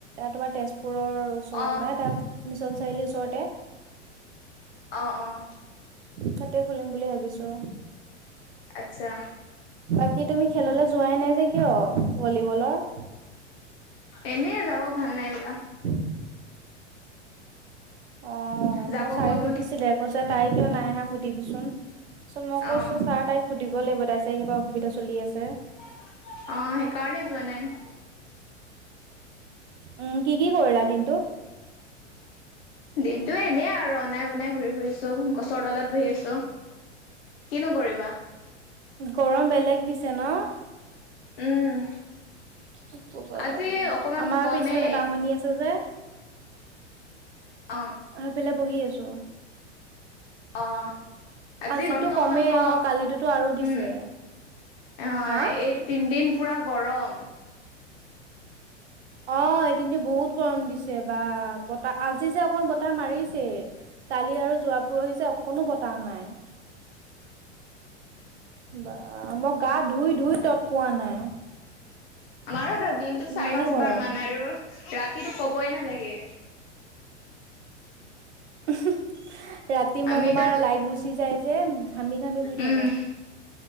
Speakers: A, on the right; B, on the left.
A: তোমাৰ তেজপুৰৰ ওচৰত
B: অ
A: <unintelligible> মিছন চাৰিআলিৰ ওচৰতে।
B: অ', অ'।
A: তাতে খুলিম বুলি ভাবিছো।
B: আচ্ছা।
A: বাকী তুমি খেললৈ যোৱাই নাই যে কিয় ভলী বলৰ?
B: এনেই যাব ভাল নাই লাগা।
A: <inaudible> অ',
B: যাব
A: মই ছাৰে
B: মনো
A: সুধিছিলে
B: নাই।
A: কৈছে তাই কিয় নাই আহা সুধিবিচোন! তাৰ পিছত মই কৈছো
B: অ
A: ছাৰ তাইক সুধিব লাগিব তাই চাই কিবা অসুবিধা চলি আছে।
B: অ', সেইকাৰণে যোৱা নাই।
A: উম, কি কি কৰিলা দিনতো?
B: দিনটো এনে আৰু অনাই বনাই ঘূৰি ফুৰিছো। গছৰ তলত বহি আছো। কিনো কৰিবা।
A: গৰম বেলেগ দিছে ন?
B: উম।
A: কি কবা
B: আজি
A: আৰু
B: অকমান
A: আমাৰ
B: কমেই
A: পিছফালে বাঁহনি আছে যে।
B: অ
A: আহি পেলে বহি আছো।
B: অ', আজি
A: আজিতো
B: গৰমটো
A: কমেই
B: অকমান কম,
A: অ কালিতোতো আৰু দিছে
B: উম। অ',
A: হা
B: এই তিনদিন পুৰা গৰম।
A: অ', এদিনতটো বহুত গৰম দিছে বা বতাহ আজি যে অকন ব বতাহ মাৰিছেই। কালি আৰু যোৱা পৰহিজে অকণো বতাহ নাই। বা মই গা ধুই ধুই তত পোৱা নাই।
B: আমাৰতো দিনটো
A: ইমানে
B: চাৰি পাঁচবাৰ
A: গৰম
B: মান আৰু ৰাতিটো ক'বই নালাগে।
A: <inaudible> ৰাতি মই
B: আমিতো
A: তোমাৰ লাইট গুচি যাই যে ঘামি ঘামি শুই থাকো।
B: উম
A: <inaudible>